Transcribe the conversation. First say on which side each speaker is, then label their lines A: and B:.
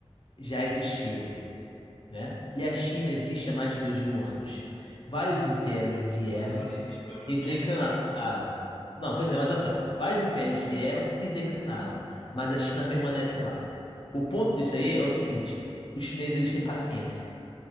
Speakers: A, on the left; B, on the left.
A: já existiram, né? E a China existe
B: Sim.
A: há mais de dois mil anos. Vários impérios vieram
B: Mas ela nem sempre foi um império,
A: E declinaram.
B: né?
A: Não, pois é, mas
B: Ela-
A: olha só. Vários impérios vieram e declinaram, mas a China permanece lá. O ponto disso aí é o seguinte: os chineses eles têm paciência.